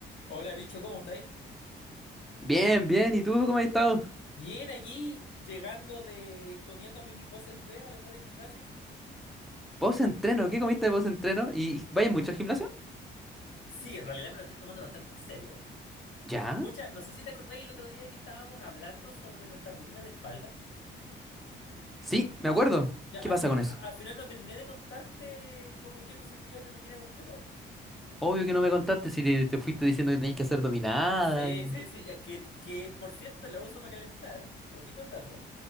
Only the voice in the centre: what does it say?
Bien, bien. ¿Y tú cómo has estado?
Post-entreno. ¿Qué comiste de post-entreno? ¿Y, y vayas mucho al gimnasio?
¿Ya?
Sí, me acuerdo.
¿Qué pasa
con
eso?
Obvio que no me contaste si te, te fuiste diciendo que tenías que hacer dominada
y...